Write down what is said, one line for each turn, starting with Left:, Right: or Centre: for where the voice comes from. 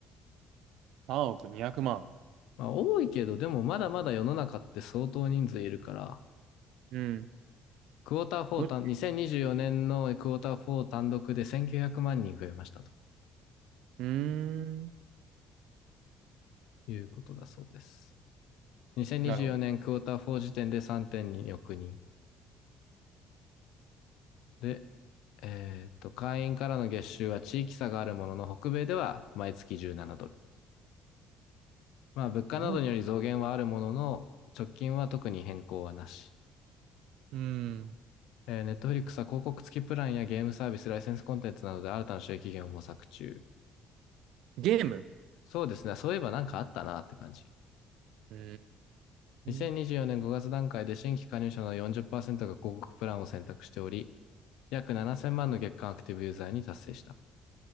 Right: 3億200万。
Left: まあ多いけど、でもまだまだ世の中って相当人数いるから、
Right: うん。
Left: クォーター4単、
Right: もう
Left: 2024年のクォーター4単独で1900万人増えましたと
Right: うーん。
Left: いうことだそうです。2024年クォーター4時点で3.2億人。
Right: なるほ
Left: で、えーっと、会員からの月収は地域差があるものの、北米では毎月17ドル。まあ、物価などにより増減はあるものの、
Right: ど。な日本、
Left: 直近は特に変更はなし。
Right: うーん。
Left: えー、Netflix は広告付きプランやゲームサービス、ライセンスコンテンツなどで新たな収益源を模索中。
Right: ゲーム
Left: そうですね。そういえばなんかあったなって感じ。
Right: うー
Left: 2024年5月段階で新規加入者の40%
Right: ん。
Left: が広告プランを選択しており、約7000万の月間アクティブユーザーに達成した。